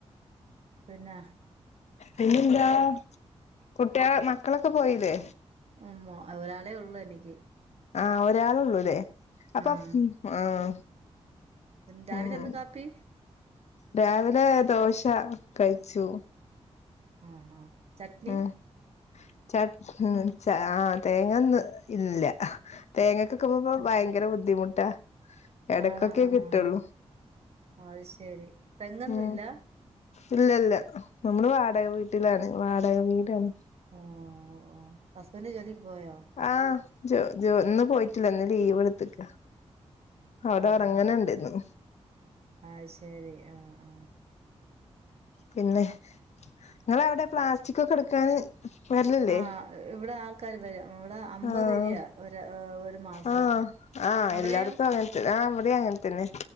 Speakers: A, on the right; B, on the left.
A: പിന്ന
B: പിന്നെന്താ കുട്ടിക മക്കളൊക്കെ പോയില്ലേ
A: ഉമ്മോ ഒരാളെ ഒള്ളു എനിക്ക്
B: ആ ഒരാളെ ഒള്ളൂലെ അപ്പൊ
A: ആഹ്
B: ആഹ്
A: പിന്നെ രാവിലെ
B: ഉം
A: എന്ത് കാപ്പി
B: രാവിലെ ദോശ കഴിച്ചു
A: ആഹ് ഹ് ഹ് ചട്ട്ണി
B: ഉം ച ആഹ് തേങ്ങ ന്ന് ഇല്ലാ തേങ്ങക്ക്ക്കെ ഭയങ്കര ബുദ്ധിമുട്ടാ എടക്കൊക്കെ
A: ആണോ
B: കിട്ട്ള്ളൂ
A: ആഹ് അത് ശരി തെങ്ങൊന്നുല്ല
B: ഉം ഇല്ല ഇല്ല നമ്മള് വാടക വീട്ടിലാണ് വാടക വീടാണ്
A: ഓ ഓ ഹസ്ബന്റ് ജോലിക്ക് പോയോ
B: ആഹ് ജോ ജോ ഒന്ന് പോയിട്ടില്ലന്ന് ലീവ് എടുത്ത്ക്ക അവിടെ
A: ആഹ്
B: ഒറങ്ങ്ണ്
A: ആഹ്
B: ണ്ട്ഇന്ന്
A: അത് ശരി ആഹ് ആ
B: പിന്നെ നിങ്ങള അവിടെ പ്ലാസ്റ്റിക് ഒക്കെ എടുക്കൻ വരിലല്ലേ
A: ആഹ് ഇവിടെ ആൾക്കാര് വരും ഇവിടെ അമ്പത്
B: ആഹ
A: രൂപ ഒരു ഒരു മാസം
B: ആഹ ആഹ്
A: അവിടെയോ
B: എല്ലായിടത്തും അങ്ങത്ത ആ അത അങ്ങനെ തന്നെ